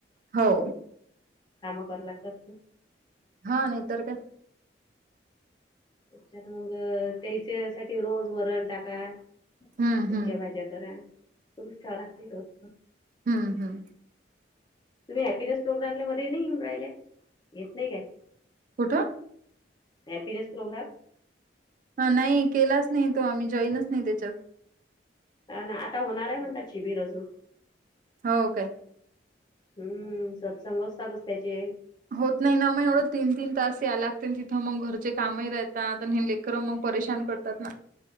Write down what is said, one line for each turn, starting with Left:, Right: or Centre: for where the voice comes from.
Right: हो.
Left: काम कराय लागतातत.
Right: हा नई तर काय?
Left: तर मंग त्याच्या साठी रोज वरण टाका. सुक्या
Right: हम्म हम्म
Left: भाज्या करा सुरूच ठेवा लागते रोजच.
Right: हा. हा.
Left: तुम्ही हॅपीनेस प्रोग्राम ले मध्ये नई येेऊन राहिल्या येत नई काय?
Right: कुठं?
Left: Happiness programme.
Right: हा नई केलाच नई तो आम्ही जॉईनच नई त्याच्यात.
Left: हा ना. आता होणार आहे म्हणतात शिबिर अजून.
Right: हो काय?
Left: हम्म. सत्संग असतातच त्याचे.
Right: होत नई ना मग एवढं तीन, तीन तास या लागते. तिथं मग घरचे कामही राहतात. लेकरं मग परेशान करतात ना?